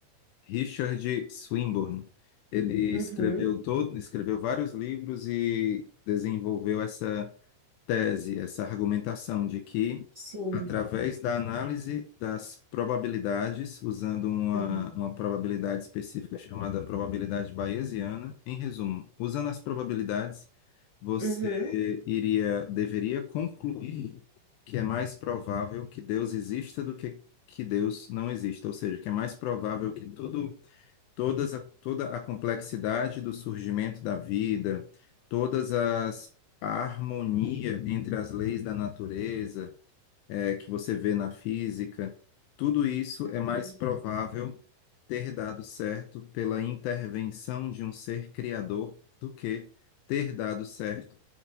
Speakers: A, on the left; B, on the right.
A: Richard Swinburne. Ele
B: uhum,
A: escreveu todo, escreveu vários livros e desenvolveu essa tese, essa argumentação de que,
B: sim,
A: através da análise das probabilidades, usando uma,
B: uhum,
A: uma probabilidade específica chamada probabilidade bayesiana, em resumo, usando as probabilidades, você
B: uhum,
A: iria, deveria concluir que é mais provável que Deus exista do que que Deus não exista, ou seja, que é mais provável que tudo todas a, toda a complexidade do surgimento da vida, todas as a harmonia entre as leis da natureza, eh, que você vê na física, tudo isso
B: uhum,
A: é mais provável ter dado certo pela intervenção de um ser criador do que ter dado certo